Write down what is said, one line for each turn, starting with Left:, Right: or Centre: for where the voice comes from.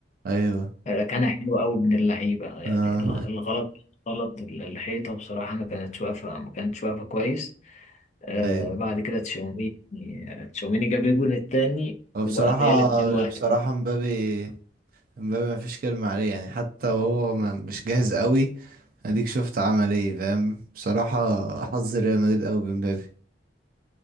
Right: ايوه
Left: آه، كان حلو قوي من اللعيبة يعني
Right: اه
Left: الغ- الغلط غلط ال- الحيطة بصراحة ما كانتش واقفة ما كانتش واقفة كويس آه،
Right: ايه
Left: بعد كده تشاوميني آه، تشاوميني جاب الجون التاني
Right: هو بصراحه
Left: وبقى الريال 2-1
Right: بصراحه مبابي امبابي ما فيش كلمة عليه يعني حتى وهو ما- مش جاهز قوي اديك شفت عمل ايه فاهم بصراحة حظ ريال مدريد قوي بامبابي